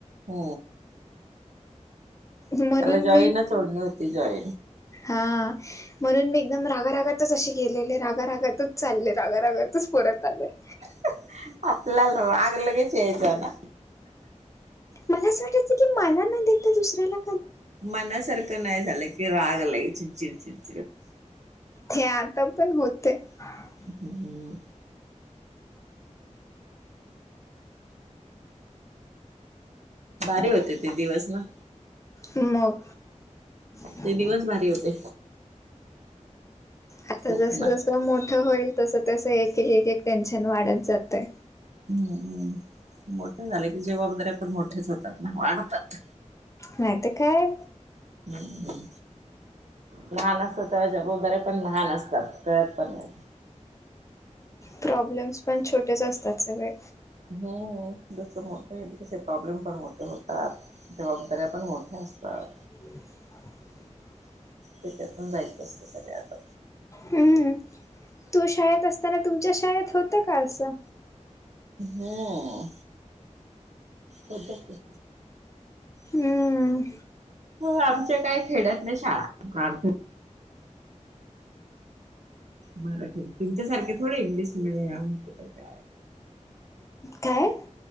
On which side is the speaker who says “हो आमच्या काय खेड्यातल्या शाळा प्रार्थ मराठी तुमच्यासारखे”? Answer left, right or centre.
Right